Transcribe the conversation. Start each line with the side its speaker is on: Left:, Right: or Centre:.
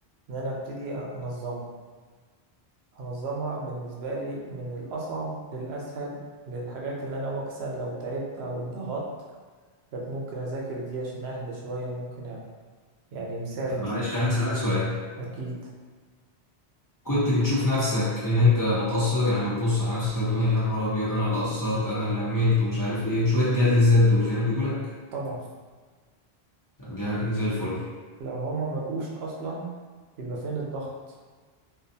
Right: ان انا ابتدي انظمها انظمها بالنسبه لي من الاصعب للاسهل للحاجات اللي انا مثلا لو تعبت او اتضغطت كانت ممكن اذاكر دي عشان اهدى شويه ممكن اعمل يعني مثال
Left: طب
Right: مثلا
Left: معلش أنا هسألك سؤال
Right: اكيد
Left: كنت بتشوف نفسك ان انت مقصر يعني بتبص على نفسك تقول يا نهار ابيض انا اللي قصرت انا اللي عملت ومش عارف ايه وشويه جلد الذات دول كانوا بيجوا لك
Right: طبعا
Left: طب جا- زي الفل
Right: لو هما ما جوش اصلا يبقى فين الضغط